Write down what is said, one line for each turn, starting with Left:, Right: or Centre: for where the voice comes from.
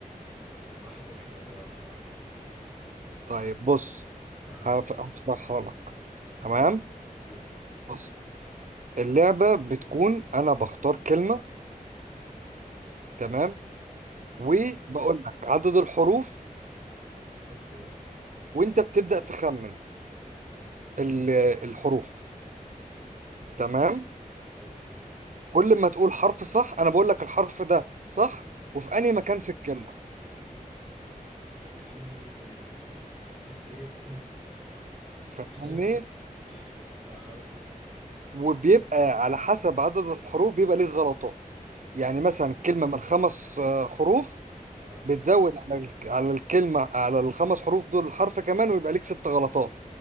Centre: ما حصل سمعتها صراحة
Right: طيب بص
Centre: اها
Right: هف- هشرحها لك تمام
Centre: قول قول
Right: بص اللعبة بتكون انا بختار كلمة
Centre: اها
Right: تمام
Centre: اوكي
Right: وبقول لك عدد الحروف
Centre: اوكي
Right: وانت بتبدأ تخمن ال- الحروف تمام
Centre: مم، اوكي
Right: كل ما تقول حرف صح انا بقول لك الحرف ده صح وفي انهي مكان في الكلمة
Centre: ديم يا ولد. اوكي
Right: فاهمني
Centre: <laughs> اها
Right: وبيبقى على حسب عدد الحروف بيبقى ليه غلطات يعني مثلا كلمة من خمس آه، حروف
Centre: اها
Right: بتزود على ال- على الكلمة على الخمس حروف دول حرف كمان ويبقى ليك ست غلطات